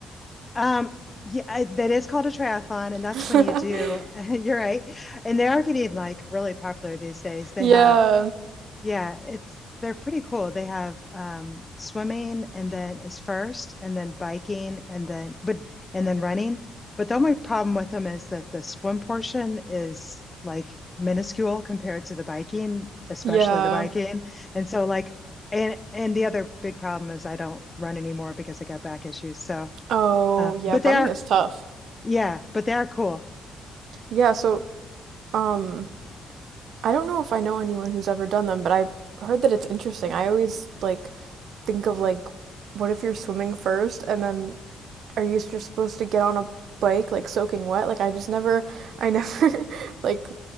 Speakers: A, on the left; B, on the right.
A: Um, yeah, I- that is called a triathlon, and that's
B: <laughs>
A: when you do. <laughs> You're right, and they are getting like really popular these days. They
B: Yeah.
A: have Yeah, it's they're pretty cool. They have um swimming and then is first and then biking and then but and then running. But the only problem with them is that the swim portion is like minuscule compared to the biking, especially
B: Yeah.
A: the biking. And so like and and the other big problem is I don't run anymore because I got back issues. So
B: Oh,
A: uh
B: yeah,
A: but they're
B: running is tough.
A: yeah, but they're cool.
B: Yeah, so um I don't know if I know anyone who's ever done them, but I've heard that it's interesting. I always like think of like what if you're swimming first and then are you just supposed to get on a bike like soaking wet? Like I just never I never <laughs> like